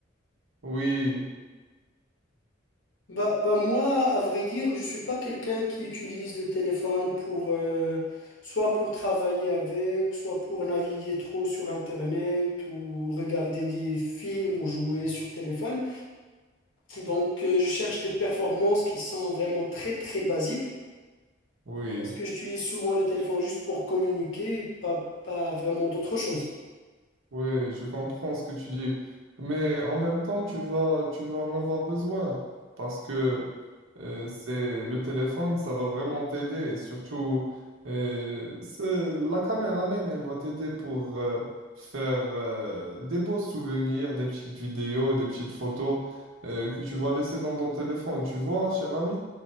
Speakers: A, on the right; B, on the left.
A: Oui,
B: Bah, bah moi, à vrai dire, je suis pas quelqu'un qui utilise le téléphone pour euh, soit pour travailler avec, soit pour naviguer trop sur Internet ou regarder des films ou jouer sur téléphone. Donc euh, je cherche des performances qui sont vraiment très très basiques
A: oui,
B: parce que j'utilise souvent le téléphone juste pour communiquer, pas, pas vraiment d'autre chose.
A: oui, je comprends ce que tu dis. Mais en même temps, tu vas, tu vas en avoir besoin parce que euh, c'est le téléphone, ça va vraiment t'aider. Surtout, euh, c'est la caméra même, elle va t'aider pour euh, faire euh, des beaux souvenirs, des petites vidéos, des petites photos euh, que tu vas laisser dans ton téléphone. Tu vois, cher ami?